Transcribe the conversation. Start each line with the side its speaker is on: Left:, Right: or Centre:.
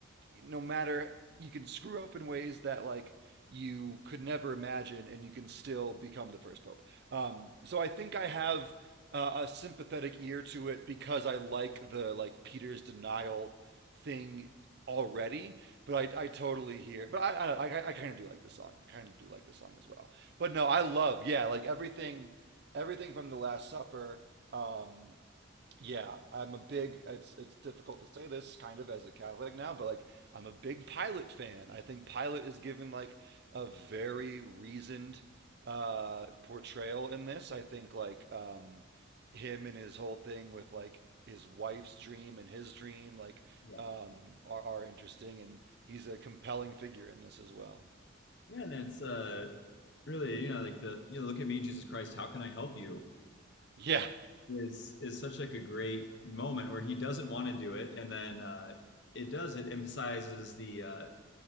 Right: no matter you can screw up in ways that like you could never imagine, and you can still become the first pope. Um, so I think I have uh, a sympathetic ear to it because I like the like Peter's denial thing already. But I, I totally hear. But I I, I, I kind of do like this song. I kind of do like this song as well. But no, I love yeah, like everything, everything from the Last Supper. Um, yeah, I'm a big. It's it's difficult to say this kind of as a Catholic now, but like I'm a big Pilate fan. I think Pilate is given like a very reasoned uh, portrayal in this. I think like um, him and his whole thing with like his wife's dream and his dream like
Left: Yeah,
Right: um, are are interesting, and he's a compelling figure in this as well.
Left: yeah, and it's uh really you know like the you know look at me Jesus Christ, how can I help you?
Right: Yeah.
Left: Is is such like a great moment where he doesn't want to do it, and then uh, it does. It emphasizes the uh,